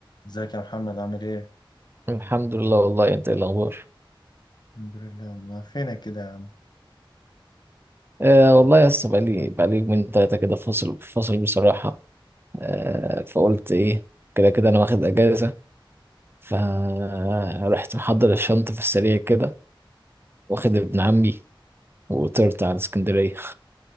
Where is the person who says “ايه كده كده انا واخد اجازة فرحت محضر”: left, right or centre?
Right